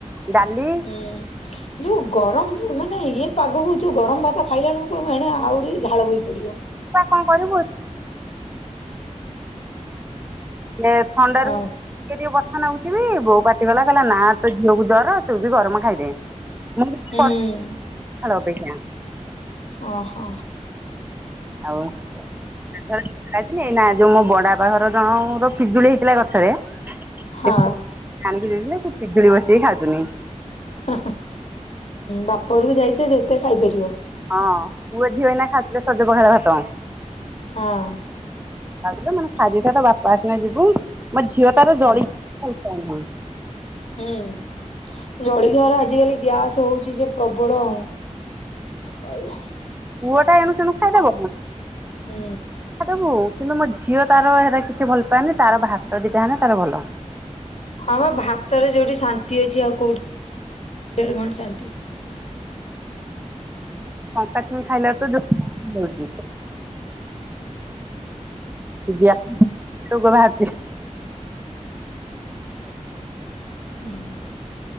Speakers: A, on the right; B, on the left.
A: ଡାଲି
B: ହୁଁ, ଯୋଉ ଗରମ ମାନେ ଇଏ ପାଗକୁ ଯୋଉ ଗରମ ଭାତ ଖାଇଲାବେଳକୁ ଏଣେ ଆହୁରି ଝାଳ ବୋହି ପଡିବ।
A: ତୁବା କଣ କରିବୁ ଏ ଥଣ୍ଡାରୁ
B: ହଉ
A: ଟିକେ ଟିକେ ବଥା ନେଉଥିବି ବୋଉ ପାଟି କଲା କହିଲା ନାଁ ତୋ ଝିଅକୁ ଜର ତୁ ବି ଗରମ ଖାଇଦେ। କହୁଚି
B: ହୁଁ।
A: ବ ହ୍ୟାଲୋ ଅପେକ୍ଷା।
B: ଓ ହୋ।
A: ଆଉ ଯାଇଥିଲି ନା ଯୋଉ ମୋ ବଡ ବାପା ଘର ଜଣର ପିଜୁଳି ହେଇଥିଲା ଗଛରେ
B: ହଁ
A: ସେ ଆଣିକି ଦେଇଥିଲେ ସେ ପିଜୁଳି ବସିକି ଖାଉଥିନି।
B: ହଁ ବାପ ଘର କୁ ଯାଇଛ ଯେତେ ଖାଇପାରିବ।
A: ହଁ ପୁଅ ଝିଅ ଏଇନା ଖାଉଥିଲେ ସଜ ପଖାଳ ଭାତ।
B: ହଁ।
A: ଖାଉଥିଲେ ମାନେ ଖାଇଦେଇଥା ତୋ ବାପା ଆସିନା ଯିବୁ ମୋ ଝିଅ ତାର
B: ହୁଁ
A: ଜଳି ଖାଇସାରିନେ
B: ହୁଁ ଜଳଖିଆ ଗୁରା ଆଜିିକାଲି ଗ୍ୟାସ ହଉଛି ଯେ ପ୍ରବଳ। ପାଇବ।
A: ପୁଆଟା ଏଣୁ ତେଣୁ ଖାଇ ଦବ,
B: ହୁଁ।
A: ତା ଦବୁ କିନ୍ତୁ ମୋ ଝିଅ ତାର ହେରା କିଛି ଭଲ ପାଏନି ତାର ଭାତ ଦିଟା ହେଲେ ତାର ଭଲ।
B: ହଁ ବା ଭାତରେ ଯୋଉଠି ଶାନ୍ତି ଅଛି ଆଉ କୋଉଠିରେ କଣ ଶାନ୍ତି।
A: ଶଙ୍କା ଛୁଇଁ ଖାଇଲାର ଯେଉ ତଛି। ଗ୍ୟାସ ରୋଗ ବାହାରୁଛି।
B: ହୁଁ।